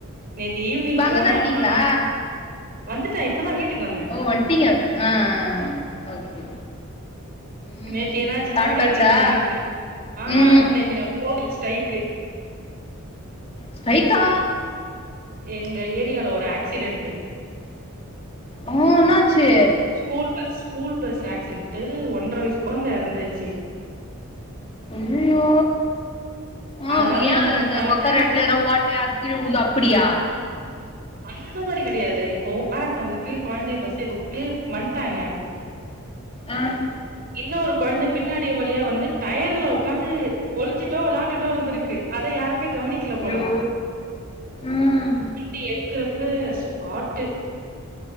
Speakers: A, on the right (about 45°); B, on the left (about 30°).
A: நேத்து ஈவினிங்
B: இப்ப அங்கதா
A: போனே
B: இருக்கீங்களா
A: ஆனா வந்துட்டே இப்பதான் வீட்டுக்கு வந்த
B: அப்போ வன்டிங்க ஆஹ் ஆஹ் ஆஹ் ஓகே ம்
A: நேத்தி என்னாச்சுன்னா
B: சாப்ட்டாச்சா
A: நேத்தி நா நேத்தின ஆஹ்
B: ம்
A: நேத்தினா ஓட்டலு ஸ்டைக்கு
B: ஸ்டைக்கா
A: எங்க ஏரியால ஒரு ஆக்சிடென்ட்டு
B: அஹ் என்னாச்சி
A: school bus school bus accident ஒன்றரை வயசு குழந்த இறந்துச்சு
B: ஐயய்யோ ஆஹ்
A: அதனால
B: ஏன்
A: என்ன பண்ட்டானுங்க
B: அந்த ஒக்கார இடத் துல ஓட்ட அதுக்கீழ விழுந்து அப்படியா
A: அந்த மாதிரி கிடையாது இப்போ பேரண்ட் வந்துட்டு குழந்தைய பஸ் ஏத்தி விட்டுட்டு வந்ட்டாங்க
B: ஆஹ்
A: இன்னொரு குழந்த பின்னாடி வழியா வந்து டயர்ல உக்காந்து ஒளிஞ்சுட்டோ விளையாண்டுட்டோ இருந்திருக்கு அத யாருமே கவனிக்க கல
B: ஐயோ
A: போல
B: ம்
A: வண்டி எடுக்குறப்ப ஸ்பாட்டு